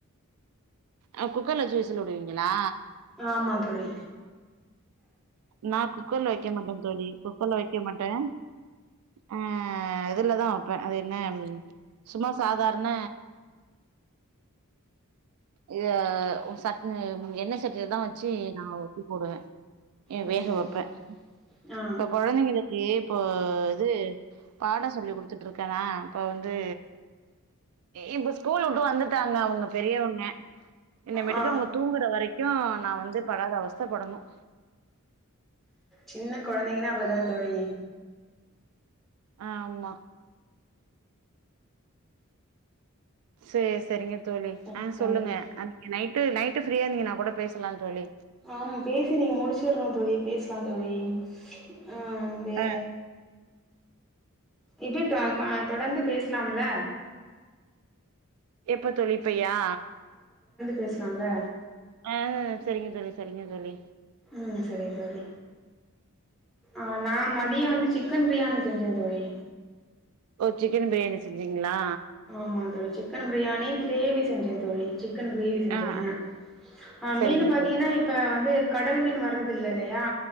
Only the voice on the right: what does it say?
அ குக்கர்ல வச்சி விசில் உடுவிங்களா
நா குக்கர்ல வெக்க மாட்டே தோழி குக்கர்ல வெக்க மாட்டே ஆ இதுலதா வப்பேன் அது என்ன சும்மா சாதார்ண இதூ சட் எண்ண சட்டிலதா வச்சி நா உத்தி போடுவே எ
வேஹக
வெப்பே
இப்ப கொழந்தைங்குளுக்கு இப்போ இது பாடம் சொல்லி குடுத்துட்டுருக்கனா இப்போ வந்து இப்ப ஸ்கூல் உட்டு வந்துட்டாங்க அவுங்க பெரியவங்க இன்னே மேட்டுக்கு
அவுங்க தூங்குற வரைக் கு நா வந்து படாத அவஸ்த படனும்
ஆமா. சேர் சேரிங்க தோழி
ஆ
சொல்லுங்க நீங்க நைட்டு நைட்டு ஃப்ரியாந்திங்கனா கூட பேசலாம் தோழி
ஆ
எப்ப தோழி இப்பயா
ஆ செரிங்க தோழி செரிங்க தோழி
ஓ சிக்கன் பிரியாணி செஞ்சிங்களா
ஆ ஆ
சரிங்க
தோழி